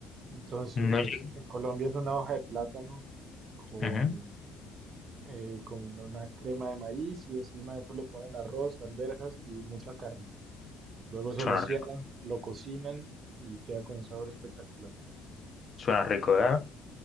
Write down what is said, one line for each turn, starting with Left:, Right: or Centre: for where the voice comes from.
Right: Entonces,
Left: No
Right: es-
Left: llegué.
Right: en Colombia es una hoja de plátano con,
Left: ujú.
Right: eh, con una crema de maíz y encima de eso le ponen arroz, alberjas y mucha carne. Luego se
Left: Suena
Right: lo cierran,
Left: rico,
Right: lo cocinan y queda con un sabor espectacular.
Left: suena rico, ¿eh?